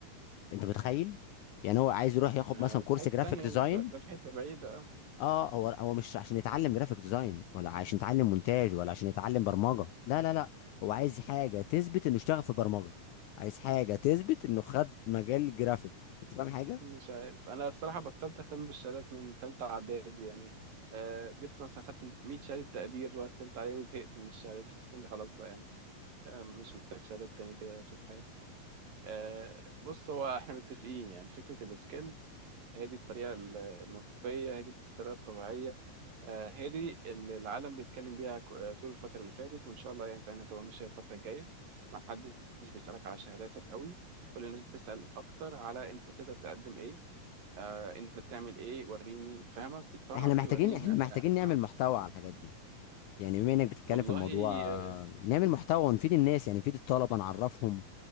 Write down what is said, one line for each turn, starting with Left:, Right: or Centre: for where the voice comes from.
Left: انت متخيل يعني هو عايز يروح ياخد
Right: آه،
Left: مثلا كورس
Right: في حته
Left: جرافيك
Right: تانية
Left: ديزاين
Right: ده, ده في حته بعيده
Left: اه هو هو مش عشان يتعلم جرافيك ديزاين ولا عشان يتعلم مونتاج ولا عشان يتعلم برمجه لا لا لا هو عايز حاجه تثبت انه اشتغل في برمجه عايز حاجه تثبت انه خد مجال جرافيك انت فاهم حاجه
Right: مش عارف انا الصراحه بطلت اهتم بالشهادات من ثالثه اعدادي يعني آه، جبت مثلا خدت 100 شهاده تقدير وقت ثالثه اعدادي وزهقت من الشهادات حسيت اني خلاص بقى يعني آه، مش محتاج شهادات تاني كده طول حياتي آه، بص هو احنا متفقين يعني فكره السكيلز هي دي الطريقه ال- المنطقيه هي دي الطريقه الطبيعيه آه، هي دي اللي العالم بيتكلم بيها ك- آه، طول الفتره اللي فاتت وان شاء الله يعني كمان هتبقى ماشيه الفتره الجايه ما حدش بيسالك على شهاداتك قوي كل الناس بتسال اكتر على انت تقدر تقدم ايه آه انت بتعمل ايه وريني فاهم قصدي فاهم
Left: احنا
Right: قصدي
Left: محتاجين
Right: وريني
Left: احنا
Right: بن... آه,
Left: محتاجين نعمل
Right: اه
Left: محتوى على الحاجات دي يعني بما انك بتتكلم
Right: والله
Left: في الموضوع آه،
Right: آه
Left: نعمل محتوى ونفيد الناس يعني نفيد الطلبه نعرفهم